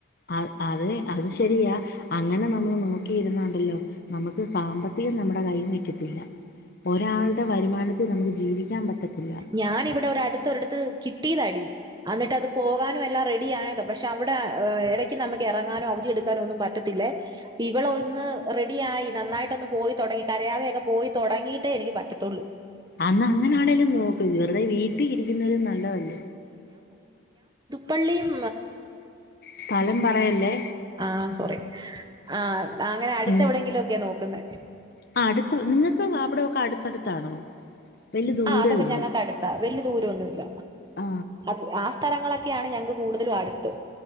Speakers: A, on the left; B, on the right.
A: അ അത് അത് ശരിയാ അങ്ങനെ നമ്മള് നോക്കിയിരുന്നാണ്ടല്ലോ നമ്മക്ക് സാമ്പത്തികം നമ്മടെ കയ്യില് നിൽക്കത്തില്ല ഒരാളുടെ വരുമാനത്തിൽ നമുക്ക് ജീവിക്കാൻ പറ്റത്തില്ല
B: ഞാനിവിടെ ഒരടുത്ത് ഒരിടത്ത് കിട്ടിയതാടീ അന്നിട്ടത് പോകാനും എല്ലാം റെഡിയായതാ പക്ഷെ അവിടെ ഇടയ്ക്ക് നമുക്ക് ഇറങ്ങാനോ അവധിയെടുക്കാനോ ഒന്നും പറ്റത്തില്ലെ ഇവള് ഒന്ന് റെഡി ആയി നന്നായിട്ടൊന്ന് പോയി തുടങ്ങി കരയാതൊക്കെ പോയി തുടങ്ങീട്ട് എനിക്ക് പ റ്റത്തുള്ളൂ
A: അന്ന് അങ്ങനാണേലും നോക്ക് വെറുതെ വീട്ടി ട്ടി ഇരിക്കുന്നതിലും നല്ലതല്ലേ
B: പള്ളിയും
A: സ്ഥലം പറയല്ലേ
B: ആ സോറി ആ അങ്ങനെ അടുത്ത്
A: ഉം
B: എവിടെങ്കിലും ഒക്കെയ നോക്കുന്നത്
A: ആ അടുത്ത നിങ്ങൾക്ക് അവിടെയൊക്കെ അടുത്തടുത്താണോ വലിയ ദൂരമില്ല
B: ആ അതൊക്കെ ഞങ്ങൾക്ക് അടുത്താ വല്ല്യ ദൂരവൊന്നുമില്ല
A: ആ
B: അത് ആ സ്ഥലങ്ങളൊക്കെ യാണ് ഞങ്ങൾക്ക് കൂടുതലും അടുത്ത്